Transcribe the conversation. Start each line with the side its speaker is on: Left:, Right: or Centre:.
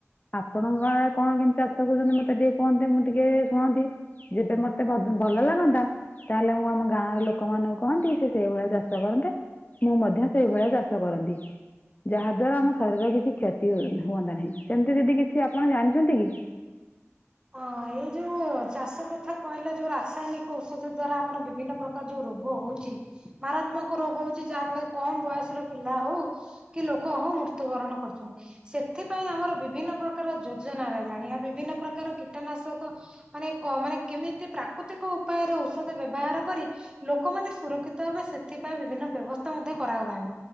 Left: ଆପଣଙ୍କ ଗାଁରେ କଣ କେମିତି ଚାଷ କରୁଚନ୍ତି ମତେ ଟିକେ କୁହନ୍ତେ ମୁଁ ଟିକେ ଏ ଏ ଶୁଣନ୍ତି। ଯେବେ ମତେ ଭଦ୍ ଭଲ ଲାଗନ୍ତା ତାହେଲେ ମୁଁ ଆମ ଗାଁ ର ଲୋକମାନଙ୍କୁ କହନ୍ତି ସେ ସେଇଭଳିଆ ଚାଷ କରନ୍ତେ। ମୁଁ ମଧ୍ୟ ସେଇଭଳିଆ ଚାଷ କରନ୍ତି। ଯାହା ଦ୍ଵାରା ଆମ ଶରୀରର କିଛି କ୍ଷତି ହୁଅ ହୁଅନ୍ତା ନାହିଁ ସେମତି ଦିଦି କିଛି ଆପଣ ଜାଣିଚନ୍ତି କି?
Right: ହଁ ଏଇ ଯୋଉ ଚାଷ କଥା କହିଲେ ଯୋଉ ରାସାୟନିକ ଔଷଧ ଦ୍ଵାରା ଆମର ବିଭିନ୍ନ ପ୍ର ଯୋଉ ରୋଗ ହଉଚି ମାରାତ୍ମକ ରୋଗ ହଉଚି ଯାହା ଫଳରେ କମ ବୟସର ପିଲା ହଉ କି ଲୋକ ହଉ ମୃତ୍ୟୁବରଣ କରୁଚନ୍ତି। ସେଥିପାଇଁ ଆମର ବିଭିନ୍ନ ପ୍ରକାର ଯୋଜନା ରହିଲାଣି ଆଉ ବିଭିନ୍ନ ପ୍ରକାର କୀଟନାଶକ ମାନେ କ ମାନେ କେମିତି ପ୍ରାକୃତିକ ଉପାୟରେ ଔଷଧ ବ୍ୟବହାର କରି ଲୋକମାନେ ସୁରକ୍ଷିତ ହେବେ ସେଥିପାଇଁ ବିଭିନ୍ନ ବ୍ୟବସ୍ଥା ମଧ୍ୟ କରାଗଲାଣି।